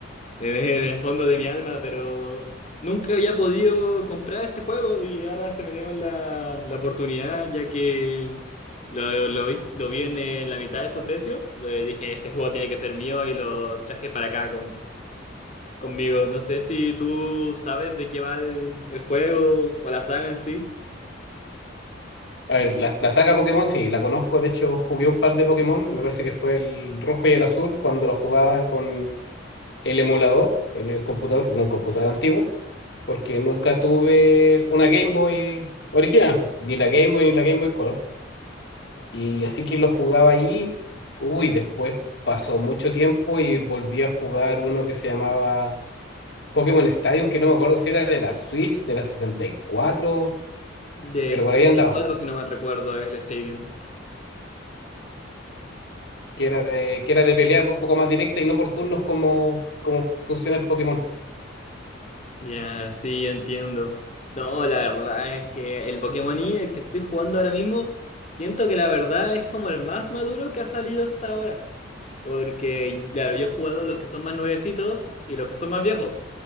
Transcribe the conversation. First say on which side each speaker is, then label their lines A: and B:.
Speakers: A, on the left; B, on the left.
A: en <laughs> en el fondo de mi alma, pero nunca había podido comprar este juego y ahora se me dio la, la oportunidad, ya que lo, lo vi, lo vi en eh, la mitad de su precio. Le dije, este juego tiene que ser mío y lo traje para acá con, conmigo. No sé si tú sabes de qué va el, el juego o la saga en sí.
B: A ver, la, la saga Pokémon, sí, la conozco. De hecho, jugué un par de Pokémon. Me parece que fue el rojo y el azul cuando lo jugaba con el emulador en el computador, en un computador antiguo, porque nunca tuve una Game Boy original, pues, ni la Game Boy ni la Game Boy Color. Y así que lo jugaba ahí. Uy, después pasó mucho tiempo y volví a jugar uno que se llamaba Pokémon Stadium, que no me acuerdo si era de la Switch, de la 64,
A: De
B: pero
A: sesenta
B: por ahí andaba.
A: y cuatro si no mal recuerdo, es el Stadium.
B: que era de, que era de pelea un poco más directa y no por turnos como, como funciona el Pokémon.
A: Ya, sí, entiendo. No, la verdad es que el Pokémon Y, el que estoy jugando ahora mismo, siento que la verdad es como el más maduro que ha salido hasta ahora. Porque, claro, yo he jugado los que son más nuevecitos y los que son más viejos.